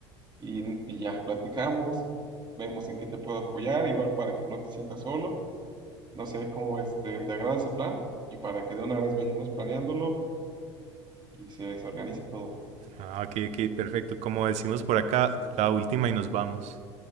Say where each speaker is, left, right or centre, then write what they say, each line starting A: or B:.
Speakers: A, on the right; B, on the right.
A: y, y ya platicamos, vemos en qué te puedo apoyar, igual para que no te sientas solo No sé cómo es, ¿te, te agrada ese plan? Y para que de una vez vayamos planeándolo y se, se organice todo.
B: Ah, ok, ok, perfecto. Como decimos por acá, la última y nos vamos.